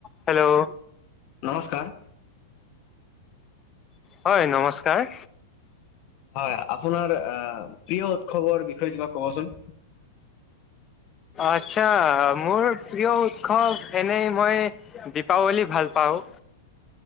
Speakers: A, on the left (about 15°); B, on the left (about 35°).
A: Hello
B: নমস্কাৰ।
A: হয় নমস্কাৰ।
B: হয় আপোনাৰ প্ৰিয় উৎসৱৰ বিষয়ে কিবা ক'বচোন?
A: আচ্ছা মোৰ প্ৰিয় উৎসৱ এনেই মই দীপাৱলী ভাল পাওঁ।